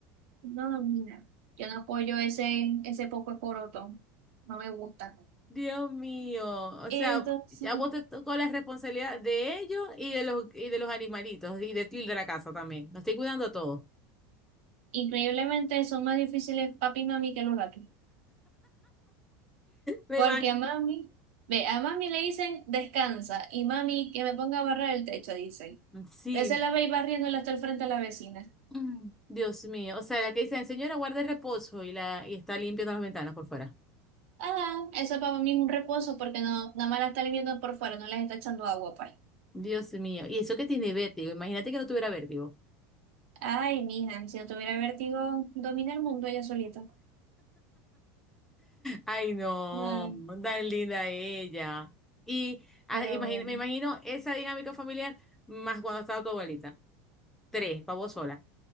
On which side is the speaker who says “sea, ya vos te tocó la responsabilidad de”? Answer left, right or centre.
Centre